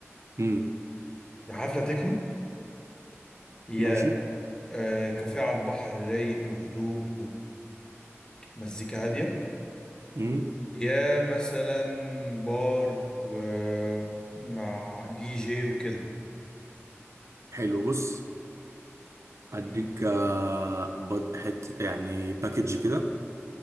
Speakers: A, on the right; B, on the left.
A: امم
B: يا حفله تكنو يا
A: ماشي
B: آه كافيه على البحر رايق وهدوء ومزيكا هاديه
A: مم.
B: يا مثلا بار ومع دي جي وكده
A: حلو بص اديك
B: امم
A: آه، بط- حته يعني باكج كده